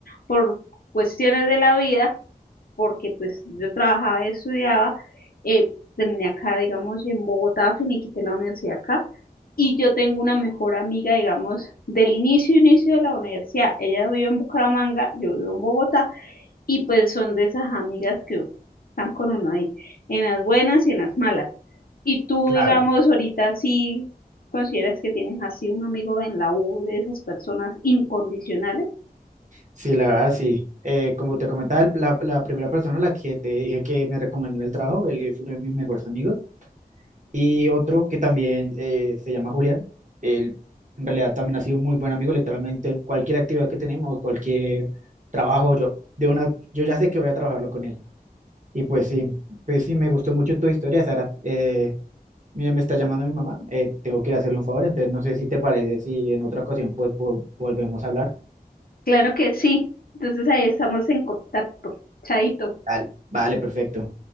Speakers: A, on the left (about 65°); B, on the right (about 50°).
A: por cuestiones de la vida, porque pues yo trabajaba y estudiaba, eh, terminé acá, digamos, en Bogotá, finiquité la universidad acá, y yo tengo una mejor amiga, digamos, del inicio, inicio de la universidad. Ella vive en Bucaramanga, yo vivo en Bogotá, y pues son de esas amigas que están con uno ahí, en las buenas y en las malas. Y tú,
B: claro.
A: digamos, ahorita sí consideras que tienes así un amigo en la U de esas personas incondicionales.
B: Sí, la verdad, sí. Eh, como te comentaba, el- la, la primera persona a la que te dije que me recomendó en el trabajo, él es uno de mis mejores amigos. Y otro que también eh, se llama Julián. Él en realidad también ha sido muy buen amigo, literalmente en cualquier actividad que tenemos, cualquier trabajo, yo, de una, yo ya sé que voy a trabajarlo con él. Y pues sí, pues sí, me gustó mucho tu historia, Sara. Eh, mira, me está llamando mi mamá, eh, tengo que ir a hacerle un favor, entonces no sé si te parece, si en otra ocasión pues po- volvemos a hablar.
A: Claro que sí. Entonces ahí estamos en contacto. Chaito.
B: Dale. Vale, perfecto.